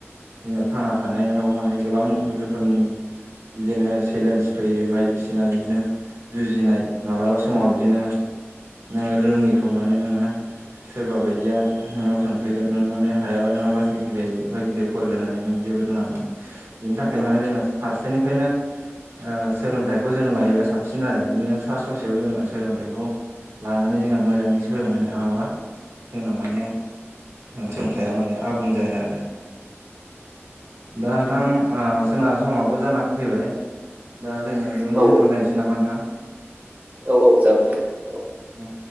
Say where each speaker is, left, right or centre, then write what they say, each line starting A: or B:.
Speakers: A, on the right; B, on the right.
A: जोंनाव थांना थानायाव माने गोबां रोखोमनि बिदिनो चेलेन्ज फैयो बायदिसिना बिदिनो जुजिनाय मालाबा समाव बिदिनो नोङो रोङिखौ माने नोङो सोरबा बायदिया नोंनाव सोंफैगोन नों माने हायाबा नोंहा लासं लासं जायो एफा गिदिर फरायलायनानै नों जेबो रोङाबा बिनि थाखायनो
B: औ
A: माने जोङो फारसेनिफ्रायनो ओ सोलोंथाइखौ जोङो लायोबा साबसिन आरो बिदिनो सा ससेयाव जोङो सोलोंथाइखौ लानानै जोंना मोजाङै सोलोंनानै थाङाबा जोंना माने सोंथाया माने आबुं जाया आरो दा नोंथां आ सोरनााब समाबो जाना फैबाय दा जोङो बेयावनो
B: औ
A: दोनथ'लायनोसै नामा नोंथां
B: औ औ जागोन दे औ
A: उम